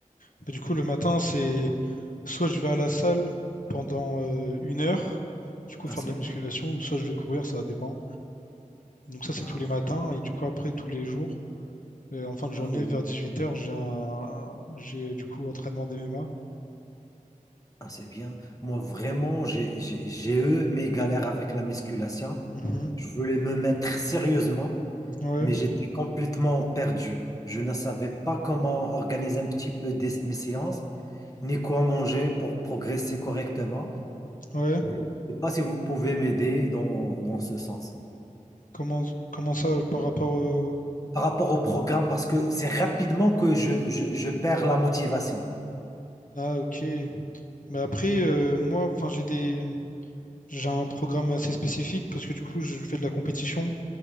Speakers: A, on the left (about 70°); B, on the left (about 25°).
A: Bah, du coup le matin c'est soit je vais à la salle pendant euh, une heure, du coup
B: Ah,
A: faire
B: c'est
A: de la
B: bien.
A: musculation, ou soit je vais courir, ça dépend. Donc ça, c'est
B: Ah,
A: tous les matins, et du coup après, tous les jours. Et en fin de journée,
B: ah oui.
A: vers
B: oui.
A: 18h, j'ai un... j'ai du coup entraînement d'MMA.
B: Ah, c'est bien. Moi, vraiment, j'ai j'ai- j'ai eu mes galères avec la musculation.
A: Mhm.
B: Je voulais me mettre sérieusement,
A: Ouais,
B: mais j'étais complètement perdu. Je ne savais pas comment organiser un petit peu des- mes séances, ni quoi manger pour progresser correctement.
A: ouais.
B: Je ne sais pas si vous pouvez m'aider dans, dans ce sens.
A: Comment, comment ça par rapport euh,
B: Par rapport au programme, parce que c'est rapidement que je, je, je perds la motivation.
A: Ah, ok. Mais après, euh, moi, enfin, j'ai des... j'ai un programme assez spécifique parce que du coup, je fais de la compétition